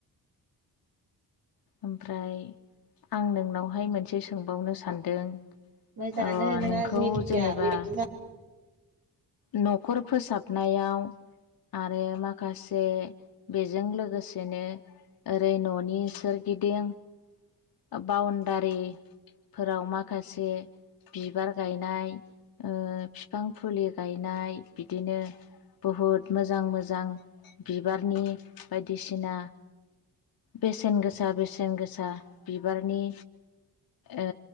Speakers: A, on the left; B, on the right.
A: ओमफ्राय आं नोंनावहाय मोनसे सोंबावनो सानदों
B: मोजाङानो
A: अ
B: नोंना
A: नोंखौ
B: जोंनि थांखिया
A: जेनेबा
B: बेबायदिनो
A: न'खर फोसाबनायाव आरो माखासे बेजों लोगोसेनो ओरै न'नि सोरगिदिं ओ बाउन्डारि फोराव माखासे बिबार गायनाय ओ फिफां फुलि गायनाय बिदिनो बुहुद मोजां मोजां बिबारनि बायदिसिना बेसेन गोसा बेसेन गोसा बिबारनि ओ